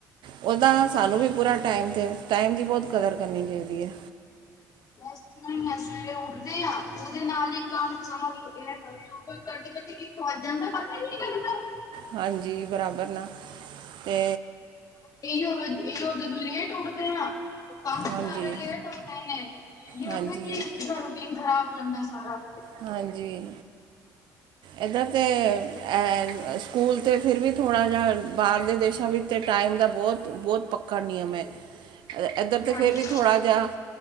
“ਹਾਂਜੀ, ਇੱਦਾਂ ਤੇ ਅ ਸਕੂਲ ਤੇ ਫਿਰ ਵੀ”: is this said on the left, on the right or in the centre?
Right